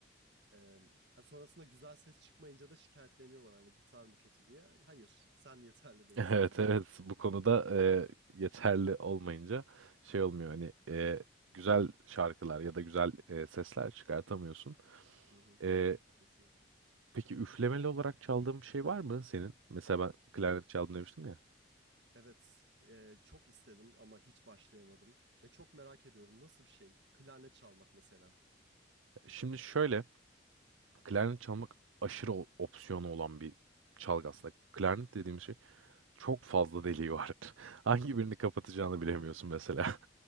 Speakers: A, on the right; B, on the right.
A: Ee, yani sonrasında güzel ses çıkmayınca da şikayetleniyorlar hani gitar mı kötü diye. Hayır, sen yeterli
B: <laughs>
A: değilsin
B: Evet,
A: henüz.
B: evet. Bu konuda, eee, yeterli olmayınca şey olmuyor, hani, eee, güzel şarkılar ya da güzel, eee, sesler çıkartamıyorsun.
A: Hı hı,
B: Eee,
A: kesinlikle.
B: peki üflemeli olarak çaldığın bir şey var mı senin? Mesela ben klarnet
A: Onu
B: çaldım
A: hiç
B: demiştim ya.
A: Evet, e, çok istedim ama hiç başlayamadım ve çok merak ediyorum nasıl bir şey? Klarnet çalmak mesela.
B: Şimdi şöyle, klarnet çalmak aşırı o opsiyonu olan bir çalgı aslında. Klarnet dediğim şey çok fazla deliği var. <laughs> Hangi birini kapatacağını
A: <laughs>
B: bilemiyorsun mesela.